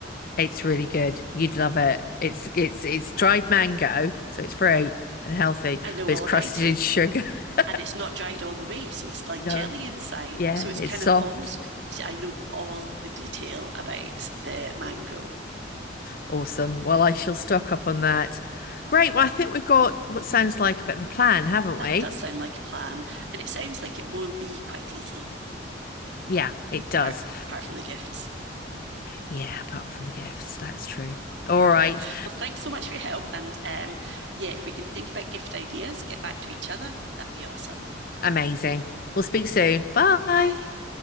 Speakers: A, on the left; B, on the right.
A: It's really good. You'd love it. It's it's it's dried mango, so it's fruit and healthy,
B: I know
A: but
B: all
A: it's crusted
B: about it.
A: in sugar. <laughs>
B: and it's not dried all the way. So it's like
A: No,
B: jelly inside.
A: yeah,
B: So it's
A: it's
B: kind
A: soft.
B: of almost, I know all the detail about the mango.
A: Awesome. Well, I shall stock up on that. Great. Well, I think we've got what sounds like a bit of a plan, haven't
B: That
A: we?
B: does sound like a plan. And it sounds like it will be quite easy,
A: Yeah, it
B: apart
A: does.
B: apart from the gifts.
A: Yeah, apart from the gifts, that's true. All
B: Perfect.
A: right.
B: Well, thanks so much for your help. And um, yeah, if we can think about gift ideas, get back to each other, that'd be awesome.
A: Amazing. We'll speak soon. Bye.
B: Bye.